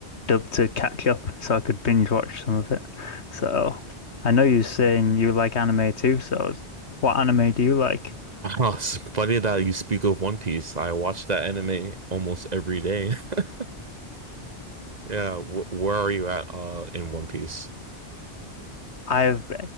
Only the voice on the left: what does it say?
dub to catch up so I could binge watch some of it. So I know you're saying you like anime too, so I was- what anime do you like?
I have,